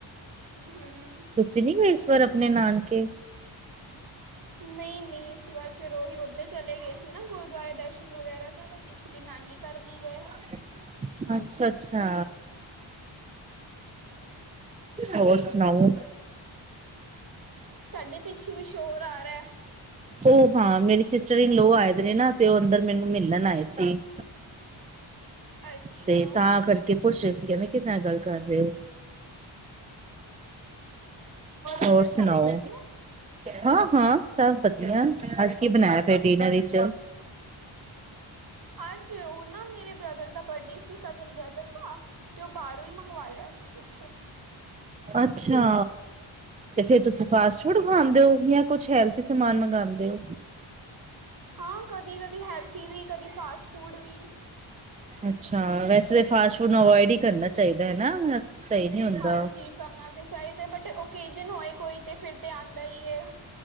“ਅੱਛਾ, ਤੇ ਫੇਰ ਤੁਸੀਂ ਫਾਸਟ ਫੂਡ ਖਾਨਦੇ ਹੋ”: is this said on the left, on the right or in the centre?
Right